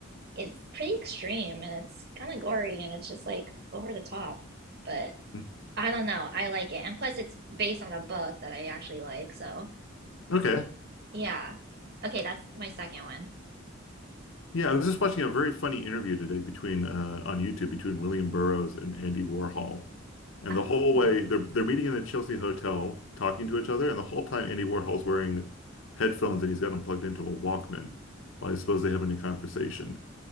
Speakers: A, on the right; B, on the left.
A: it's pretty extreme and it's kind of gory and it's just like over the top. But
B: Mm.
A: I don't know. I like it, and plus it's based on a book that I actually like. So
B: Okay.
A: yeah. Okay, that's my second one.
B: Yeah, I was just watching a very funny interview today between uh, on YouTube between William Burroughs and Andy Warhol. And
A: Oh,
B: the whole way they're they're meeting in the Chelsea hotel, talking to each other, and the whole time Andy Warhol's wearing headphones and he's got them plugged into a Walkman while he's supposedly having a conversation.